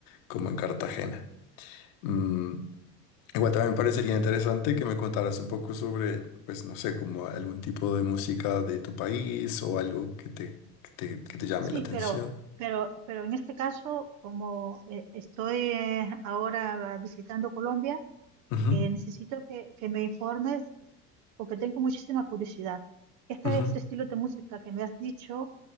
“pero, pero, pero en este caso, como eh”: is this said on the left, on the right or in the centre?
Right